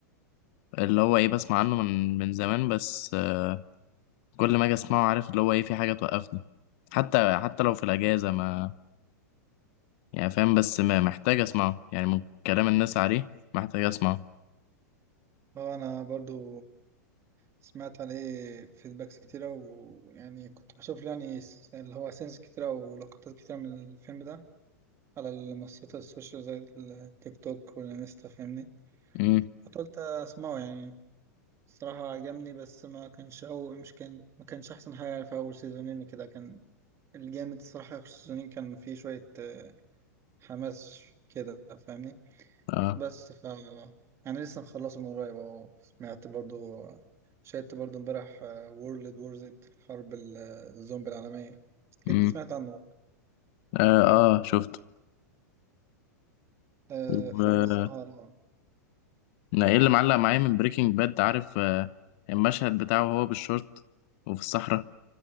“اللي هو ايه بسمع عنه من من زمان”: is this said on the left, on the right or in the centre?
Left